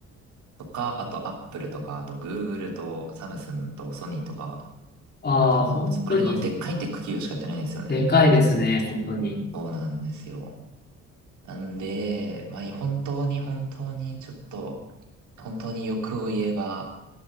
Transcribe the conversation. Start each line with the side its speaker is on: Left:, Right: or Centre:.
Right: とか、あと Apple とか、あと Google とサムスンとソニーとか、
Left: ああ、
Right: なんかまあ、
Left: 本当に、
Right: そこら辺のでっかいテック企業しかやってないんですよね。
Left: でかいですね、本当に。
Right: そうなんですよ。なんで、まあ、本当に本当にちょっと、本当に欲を言えば、